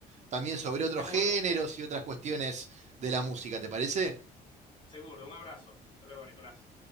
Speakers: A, on the right (about 45°); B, on the left (about 30°).
A: también sobre otros
B: seguro,
A: géneros y otras cuestiones de la música, ¿te parece?
B: seguro, un abrazo. Hasta luego, Nicolás.